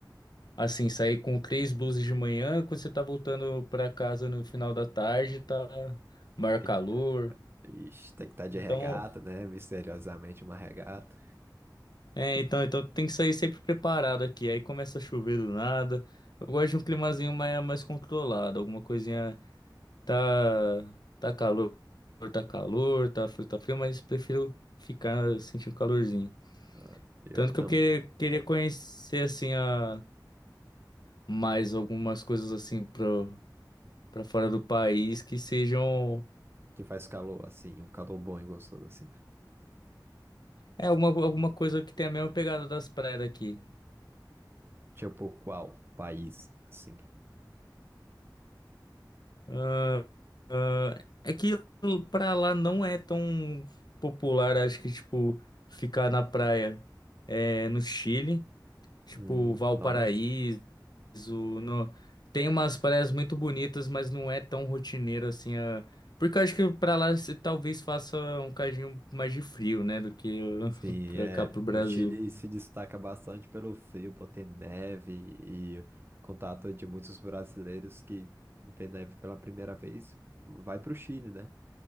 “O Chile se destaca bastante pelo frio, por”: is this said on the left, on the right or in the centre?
Right